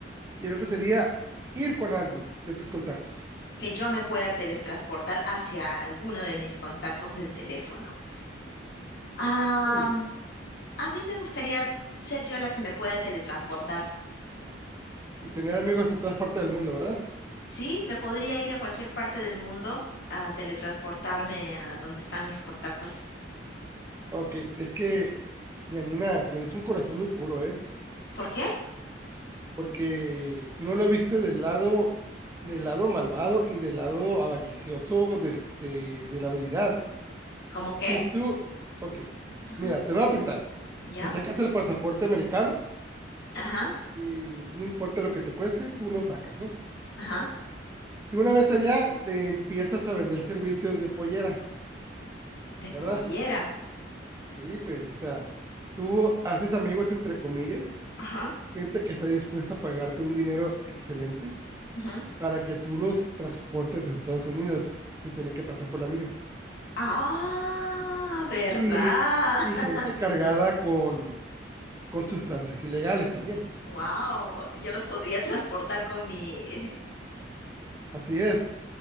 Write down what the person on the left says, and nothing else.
que yo me pueda teletransportar hacia alguno de mis contactos del teléfono. Ah,
a mí me gustaría ser yo la que me pueda teletransportar.
Sí, me podría ir a cualquier parte del mundo a teletransportarme a donde están mis contactos.
¿Por qué?
¿Cómo qué?
Ujú,
¿Ya?
Ajá,
ajá.
De pollera.
Ajá,
ajá.
Ah, ¿verdad?
<laughs>
Wow, yo los podría transportar con mi